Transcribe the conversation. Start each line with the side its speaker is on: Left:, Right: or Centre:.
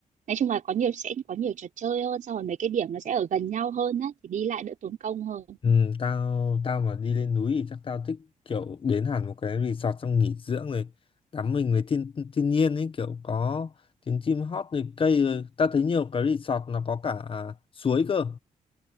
Right: nói chung là có nhiều sẽ có nhiều trò chơi hơn xong rồi mấy cái điểm nó sẽ ở gần nhau hơn á thì đi lại đỡ tốn công hơn
Left: Ừ, tao tao mà đi lên núi thì chắc tao thích kiểu đến hẳn một cái resort xong nghỉ dưỡng rồi tắm mình với thiên thiên nhiên ấy kiểu có tiếng chim hót rồi cây rồi tao thấy nhiều cái resort nó có cả à, suối cơ